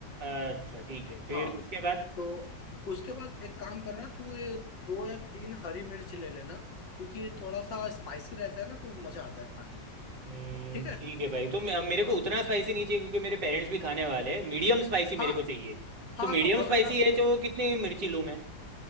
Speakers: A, on the right; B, on the left.
A: अच्छा ठीक है फिर
B: हाँ
A: उसके बाद
B: तो उसके बाद एक काम करना तू ये दो या तीन हरी मिर्च ले लेना क्योंकि थोड़ा सा स्पाइसी रहता है ना तो मजा आता है खाने में
A: हम्म,
B: ठीक है
A: ठीक है भाई तो मे- मेरे को
B: हाँ
A: उतना स्पाइसी नहीं चाहिए क्योंकि मेरे पेरेंट्स भी खाने वाले हैं मीडियम स्पाइसी
B: हाँ
A: मेरे को चाहिए तो
B: हाँ
A: मीडियम
B: तो
A: स्पाइसी
B: अगर
A: है जो कितनी मिर्ची लूँ मैं